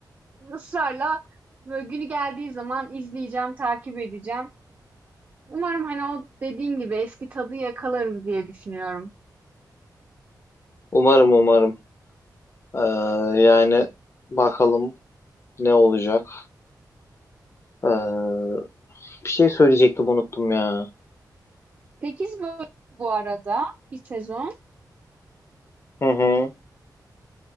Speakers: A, on the right; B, on the left.
A: ısrarla böyle günü geldiği zaman izleyeceğim, takip edeceğim. Umarım hani o dediğin gibi eski tadı yakalarız diye düşünüyorum.
B: Umarım umarım. Ee, yani bakalım ne olacak. Ee, bir şey söyleyecektim unuttum ya.
A: 8 bölüm bu arada bir sezon.
B: Hı hı,